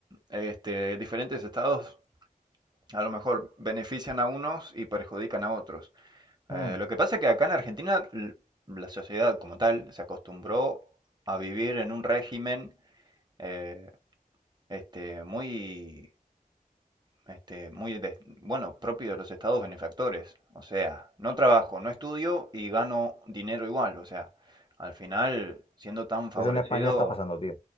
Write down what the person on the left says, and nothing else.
Mm.
Eso en España está pasando, tío.